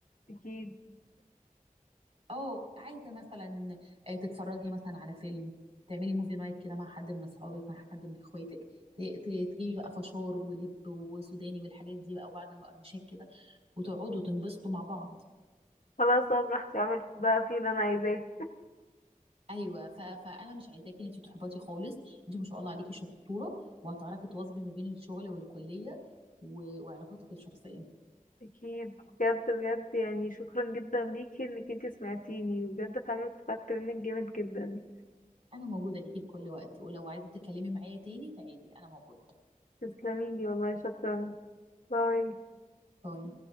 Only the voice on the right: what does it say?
اه عايزه مثلا آه، تتفرجي مثلا على فيلم تعملي موفي نايت كده مع حد من اصحابك مع حد من اخواتك ت- ت- تجيبي بقى فشار ولب وسوداني والحاجات دي بقى وبعد المقرمشات كده وتقعدوا تنبسطوا مع بعض
ايوه ف... فانا مش عايزاكي ان انت تحبطي خالص انت ما شاء الله عليكي شطوره وهتعرفي تواظبي ما بين الشغل والكليه و... وعلاقاتك الشخصيه
انا موجوده ليكي في كل وقت ولو عايزه تتكلمي معايا تاني تعالي انا موجوده
باي